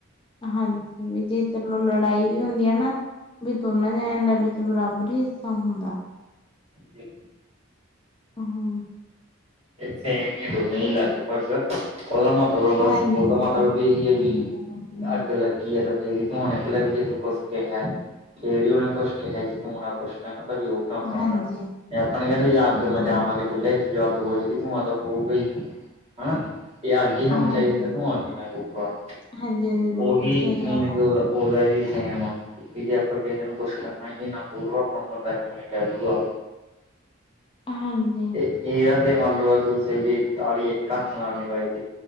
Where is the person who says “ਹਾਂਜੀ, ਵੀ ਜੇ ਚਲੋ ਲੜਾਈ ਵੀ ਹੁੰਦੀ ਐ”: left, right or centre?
Left